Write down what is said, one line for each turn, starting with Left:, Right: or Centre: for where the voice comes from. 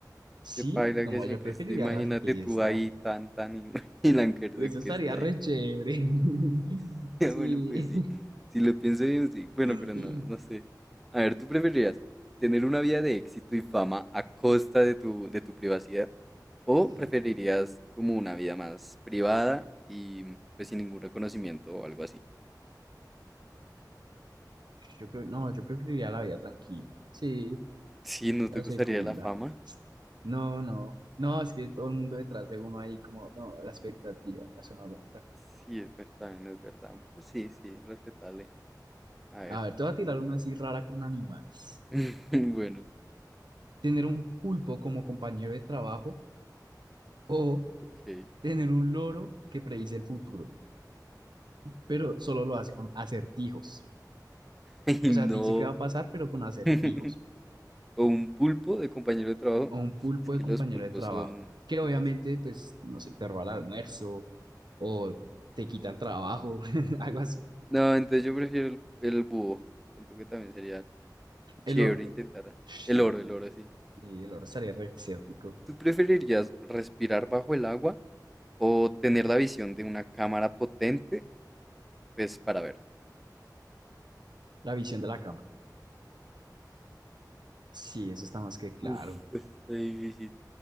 Right: Sí,
Centre: Qué paila
Right: no,
Centre: que siempre
Right: yo preferiría
Centre: estoy. Imagínate
Right: la orquesta.
Centre: tú ahí tan tan y, <laughs> y la Ankerson
Right: Eso estaría
Centre: que está ahí.
Right: re chévere. <laughs>
Centre: <laughs>
Right: Sí.
Centre: Bueno, pues sí, si lo pienso bien, sí.
Right: <clears throat>
Centre: Bueno, pero no, no sé. A ver, ¿tú preferirías tener una vida de éxito y fama a costa de tu, de tu privacidad? ¿O
Right: Sí,
Centre: preferirías como una vida más privada y pues sin ningún reconocimiento o algo así?
Right: yo creo, no, yo preferiría la vida tranquila. Sí.
Centre: Sí, ¿no
Right: La
Centre: te gustaría
Right: segunda.
Centre: la fama?
Right: No, no. No, es que todo el mundo detrás de uno ahí como, no, la expectativa, eso no me aguanta.
Centre: Sí, es también es verdad. Pues sí, sí, respetable. A ver.
Right: A ver, te voy a tirar una así rara con animales.
Centre: <laughs> Bueno,
Right: Tener un pulpo como compañero de trabajo o
Centre: ok. <laughs>
Right: tener un loro que predice el futuro, pero solo lo hace con acertijos.
Centre: Ay,
Right: O
Centre: no.
Right: sea, te dice qué va a pasar, pero con acertijos.
Centre: <laughs> O un pulpo de compañero de trabajo.
Right: O un pulpo
Centre: Es que
Right: de compañero
Centre: los pulpos
Right: de trabajo,
Centre: son,
Right: que
Centre: son
Right: obviamente,
Centre: asco.
Right: pues, no sé, te roba el almuerzo o te quita el trabajo, <laughs> algo así.
Centre: No, entonces yo prefiero el, el búho. Siento que también sería chévere
Right: El loro.
Centre: intentar.
Right: Sí.
Centre: El oro, el oro, sí.
Right: Sí, el oro estaría re exótico.
Centre: ¿Tú preferirías respirar bajo el agua o tener la visión de una cámara potente, pues para ver?
Right: La visión de la cámara. Sí, eso está más que claro.
Centre: Uf, pues está difícil.